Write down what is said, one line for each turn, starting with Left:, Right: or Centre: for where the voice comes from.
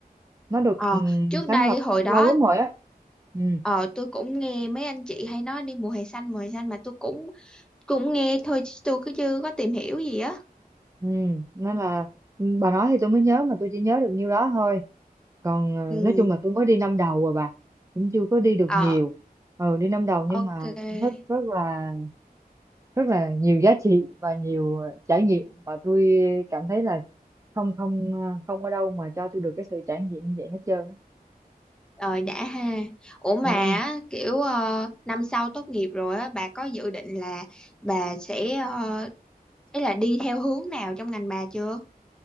Right: nó được
Centre: ờ
Right: ừm,
Centre: trước
Right: sáng
Centre: đây
Right: lập
Centre: hồi
Right: lâu
Centre: đó
Right: lắm rồi á ừ
Centre: ờ tôi cũng nghe mấy anh chị hay nói đi mùa hè xanh mùa hè xanh mà tôi cũng cũng nghe thôi chứ tôi cứ chưa có tìm hiểu gì á
Right: ừ nên là ừ, bà nói thì tôi mới nhớ mà tôi chỉ nhớ được nhiêu đó thôi còn ờ,
Centre: ừ
Right: nói chung là tôi mới đi năm đầu rồi bà cũng chưa có đi được
Centre: ờ
Right: nhiều ừ đi năm đầu nhưng
Centre: ok
Right: mà cảm thấy rất là rất là nhiều giá trị và nhiều ờ, trải nghiệm và tôi cảm thấy là không không ờ, không ở đâu mà cho tôi được cái sự trải nghiệm như vậy hết trơn á.
Centre: rồi đã ha ủa mà
Right: ừ
Centre: á, kiểu ờ, năm sau tốt nghiệp rồi á bà có dự định là bà sẽ uh, ý là đi theo hướng nào trong ngành bà chưa